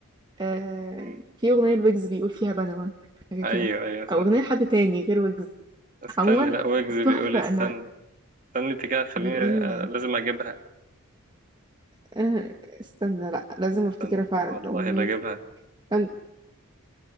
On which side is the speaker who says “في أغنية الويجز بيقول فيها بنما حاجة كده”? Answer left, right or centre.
Right